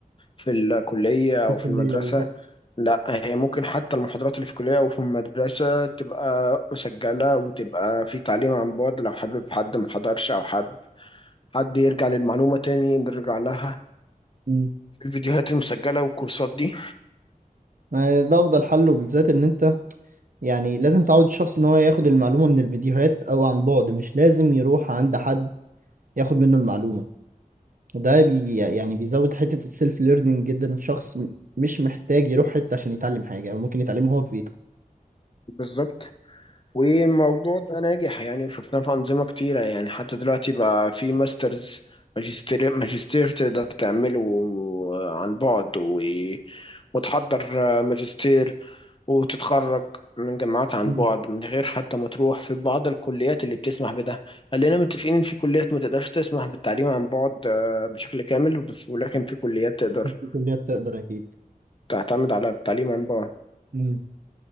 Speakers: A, on the left; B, on the right.
A: في الكلية
B: في
A: أو
B: الكلية
A: في المدرسة
B: بالظبط
A: لا هي ممكن حتى المحاضرات اللي في الكلية أو في المدرسة تبقى مسجلة وتبقى في تعليم عن بعد لو حابب حد محضرش أو حابب حد يرجع للمعلومة تاني نرجع لها
B: مم.
A: في الفيديوهات المسجلة والكورسات دي
B: ما ده افضل حل وبالذات ان انت يعني لازم تعود الشخص ان هو ياخد المعلومه من الفيديوهات او عن بعد مش لازم يروح عند حد ياخد منه المعلومه وده بي يعني بيزود حته السيلف ليرنينج جدا الشخص م- مش محتاج يروح حته عشان يتعلم حاجه هو ممكن يتعلمها هو في بيته
A: بالظبط والموضوع ده ناجح يعني وشفناه في أنظمة كتيرة يعني حتى دلوقتي بقى في ماسترز ماجستير ماجستير تقدر تعمله عن بعد و- وتحضر ماجستير وتتخرج من جامعات عن
B: مم.
A: بعد من غير حتى ما تروح في بعض الكليات اللي بتسمح بده خلينا متفقين ان في كليات ما تقدرش تسمح بالتعليم عن بعد آه، بشكل كامل بس ولكن في كليات تقدر
B: في كليات تقدر اكيد
A: تعتمد على التعليم عن بعد
B: مم.